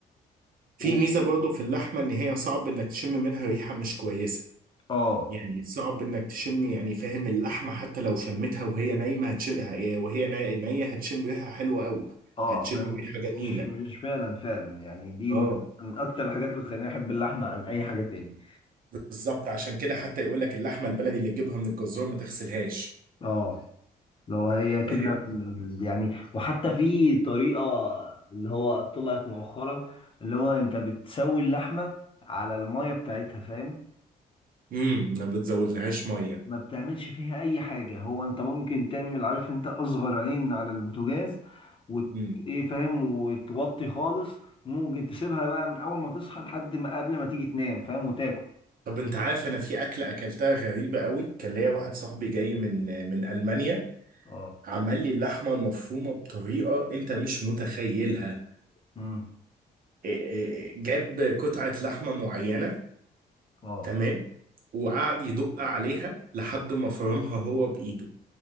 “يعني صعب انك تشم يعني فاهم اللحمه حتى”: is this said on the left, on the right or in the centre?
Right